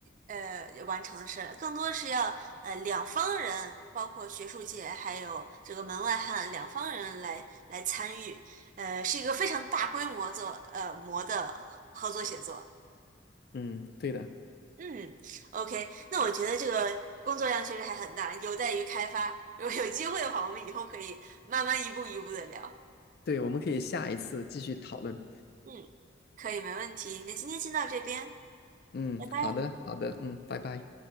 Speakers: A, on the right; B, on the left.
A: 呃完成的事儿，更多是要呃两方人，包括学术界还有这个门外汉两方人来来参与，呃，是一个非常大规模做呃模的合作写作。
B: 嗯，对的。
A: 嗯，OK，那我觉得这个工作量确实还很大，有待于开发。如果有机会的话，我们以后可以慢慢一步一步的聊。
B: 对，我们可以下一次继续讨论。
A: 嗯，可以，没问题。那今天先到这边，
B: 嗯，
A: 拜拜。
B: 好的，好的，嗯，拜拜。